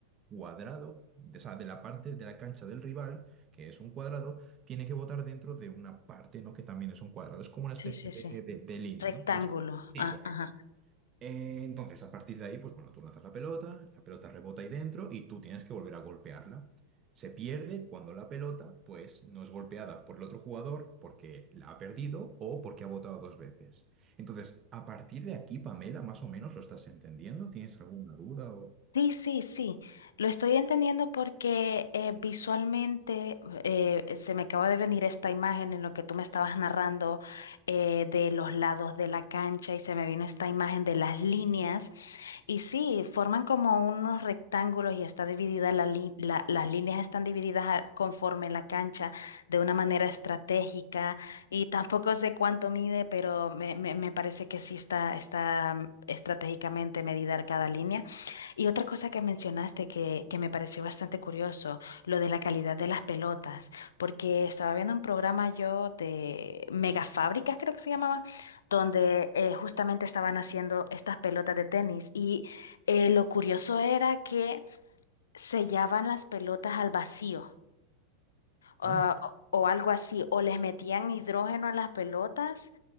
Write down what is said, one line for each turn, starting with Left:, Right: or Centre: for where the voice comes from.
Right: cuadrado, de- o sea, de la parte de la cancha del rival, que es un cuadrado, tiene que votar dentro de una parte, ¿no? Que también es un cuadrado. Es como una especie
Left: sí, sí,
Right: de,
Left: sí.
Right: de- de línea,
Left: Rectángulo.
Right: ¿no? Una especie- Sí,
Left: Ah,
Right: correcto.
Left: ajá.
Right: Eh, entonces, a partir de ahí, pues bueno, tú lanzas la pelota, la pelota rebota ahí dentro y tú tienes que volver a golpearla. Se pierde cuando la pelota, pues, no es golpeada por el otro jugador porque la ha perdido o porque ha botado dos veces. Entonces, a partir de aquí, Pamela, más o menos lo estás entendiendo. ¿Tienes alguna duda o...?
Left: Sí, sí, sí. Lo estoy entendiendo porque eh, visualmente eh, eh, se me acaba de venir esta imagen en lo que tú me estabas narrando eh, de los lados de la cancha y se me vino esta imagen de las líneas. Y sí, forman como unos rectángulos y está dividida la li- la- las líneas están divididas a- conforme la cancha de una manera estratégica y tampoco sé cuánto mide, pero me, me- me parece que sí está, está mm, estratégicamente medida cada línea. Y otra cosa que mencionaste que, que me pareció bastante curioso, lo de la calidad de las pelotas, porque estaba viendo un programa yo de Megafábricas, creo que se llamaba, donde eh, justamente estaban haciendo estas pelotas de tenis y eh, lo curioso era que sellaban las pelotas al vacío ah,
Right: Hombre.
Left: o algo así, o les metían hidrógeno a las pelotas